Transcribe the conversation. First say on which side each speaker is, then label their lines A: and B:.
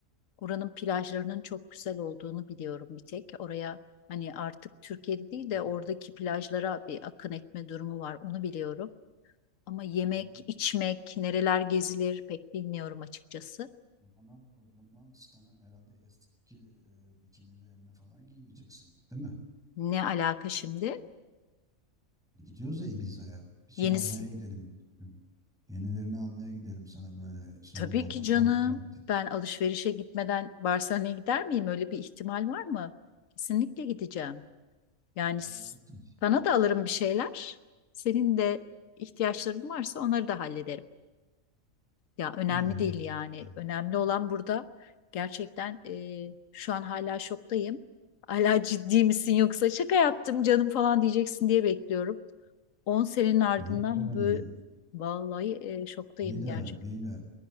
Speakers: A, on the left (about 75°); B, in the centre.
A: oranın plajlarının çok güzel olduğunu biliyorum bir tek. Oraya hani artık Türkiye'de değil
B: O zaman
A: de oradaki plajlara bir akın etme durumu var onu biliyorum. Ama yemek,
B: o zaman
A: içmek, nereler gezilir pek bilmiyorum açıkçası.
B: o zaman o zaman sana herhalde eski e, bikinilerini falan giymeyeceksin, değil mi?
A: Ne alaka şimdi?
B: Gidiyoruz ya Ibiza'ya. Bir şey
A: Yenisi.
B: almaya gidelim. Yenilerini almaya gidelim sana böyle son
A: e, Tabii
B: moda,
A: ki canım.
B: son trend.
A: Ben alışverişe gitmeden Barcelona'ya gider miyim? Öyle bir ihtimal var mı? Kesinlikle gideceğim. Yani
B: Bir
A: s-
B: de hayatım şey
A: sana
B: var.
A: da alırım bir şeyler. Senin de ihtiyaçların varsa onları da hallederim. Ya önemli
B: Yani
A: değil
B: bakacağım
A: yani.
B: ben.
A: Önemli olan burada gerçekten e, şu an hala şoktayım. Hala ciddi misin yoksa şaka yaptım canım falan diyeceksin diye bekliyorum. 10 senenin ardından
B: Yok canım
A: böyle
B: ya.
A: vallahi e, şoktayım
B: İyi de
A: gerçekten.
B: iyi de